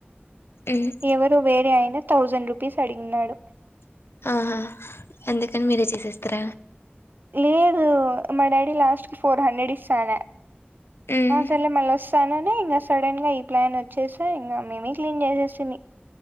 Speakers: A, on the left; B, on the right.
A: ఉమ్,
B: ఎవరు వేరే అయినా థౌజండ్ రూపీస్ అడిగినడు
A: ఆహా అందుకని మీరే చేసేస్తిర
B: లేదు మా డాడీ లాస్ట్ కి ఫోర్ హండ్రెడ్ ఇస్తా అనా
A: ఉమ్,
B: ఆ సర్లే మల్ల వస్తా అనా ఇంకా సడన్ గా ఈ ప్లాన్ వచ్చేసా ఇంకా మేమే క్లీన్ చేసేస్తిమి